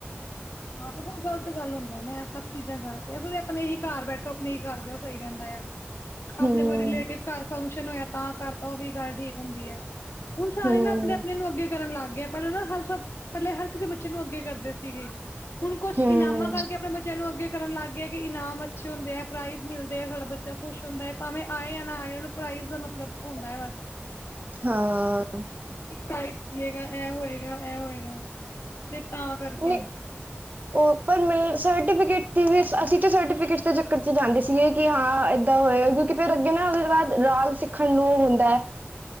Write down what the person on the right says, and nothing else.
ਹੂੰ
ਹੂੰ
ਹੂੰ
ਹਾਂ।
ਨਹੀਂ ਉਹ ਉੱਪਰ ਮ ਸਰਟੀਫਿਕੇਟ। ਅਸੀਂ ਤੇ ਸਰਟੀਫਿਕੇਟ ਦੇ ਚੱਕਰ ਚ ਜਾਂਦੇ ਸੀਗੇ ਕਿ ਹਾਂ ਏਦਾਂ ਹੋਏਗਾ ਕਿਉਂਕਿ ਫਿਰ ਅੱਗੇ ਨਾ ਉਹਦੇ ਬਾਅਦ ਰਾਗ। ਪੱਖਣ <inaudible> ਨੂੰ ਹੁੰਦਾ ਹੈ